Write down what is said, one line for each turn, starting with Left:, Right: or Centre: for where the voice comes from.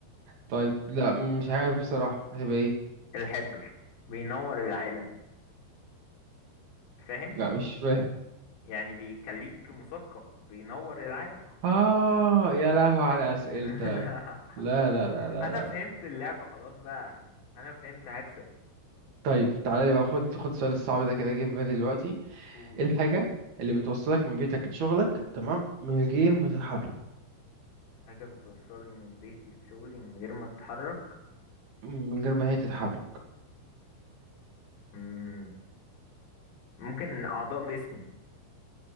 Right: طيب لا مش عارف بصراحة هتبقى ايه
Left: الحبر بينور العالم فاهم
Right: لا مش فاهم
Left: يعني بيخليك مثقف بينور العالم
Right: اه يا لهو على اسئلتك
Left: <laughs>
Right: لا لا لا لا
Left: انا
Right: لا
Left: فهمت اللعبة خلاص بقى انا فهمت هكسب
Right: طيب تعالى لي بقى خد خد السؤال الصعب ده كده جه في بالي دلوقتي
Left: قول
Right: ايه الحاجة اللي بتوصلك من بيتك لشغلك تمام من غير ما تتحرك
Left: حاجة بتوصلني من بيتي لشغلي من غير ما اتحرك
Right: من غير ما هي تتحرك
Left: مم، ممكن اعضاء جسمي